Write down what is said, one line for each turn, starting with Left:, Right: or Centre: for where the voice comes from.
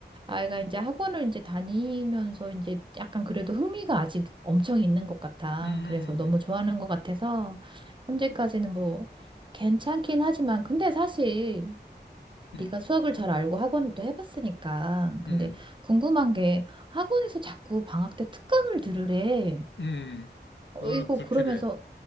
Right: 아이가 이제 학원을 이제 다니면서 이제 약간 그래도 흥미가 아직 엄청 있는 것 같아.
Left: 음, 음,
Right: 그래서 너무 좋아하는 것 같아서 현재까지는 뭐 괜찮긴 하지만 근데 사실 네가
Left: 음,
Right: 수학을 잘 알고 학원을 또 해봤으니까 근데
Left: 음,
Right: 궁금한 게 학원에서 자꾸 방학 때 특강을 들으래.
Left: 음, 음. 그거는
Right: 어, 이거
Left: 불필요해.
Right: 그러면서